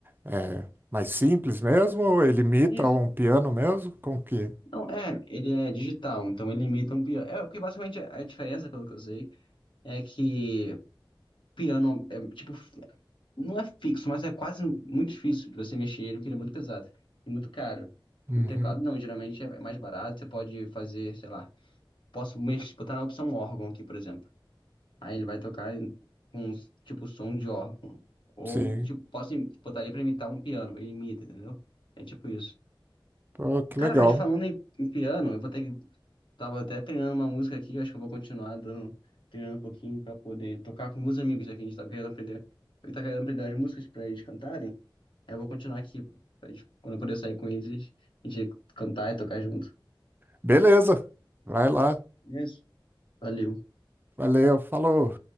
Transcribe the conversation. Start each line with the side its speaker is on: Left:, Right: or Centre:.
Right: é mais simples mesmo, ou ele imita
Left: Isso.
Right: um piano mesmo? Com que?
Left: Não, é, ele é digital, então ele imita um piano. É, porque basicamente é, a diferença, pelo que eu sei, é que piano é tipo, fi- não é fixo, mas é quase muito difícil de você mexer ele, porque ele é muito pesado e muito caro.
Right: Uhum.
Left: E o teclado não, geralmente é mais barato, você pode fazer, sei lá, posso mexer, botar na opção órgão aqui, por exemplo. Aí ele vai tocar em- com tipo som de órgão. Ou
Right: Sim.
Left: tipo, posso im- botar ele pra imitar um piano, ele imita, entendeu? É tipo isso.
Right: Pô, que
Left: Cara,
Right: legal.
Left: mas falando em, em piano, eu vou ter que Tava até treinando uma música aqui, acho que eu vou continuar dando, treinando um pouquinho pra poder tocar com meus amigos aqui. A gente tava querendo aprender. Eu tava querendo aprender as músicas pra eles cantarem. Aí eu vou continuar aqui, pra eles, quando eu puder sair com eles, a gente cantar e tocar junto.
Right: Beleza. Vai lá.
Left: Beleza? Valeu.
Right: Valeu. Falou.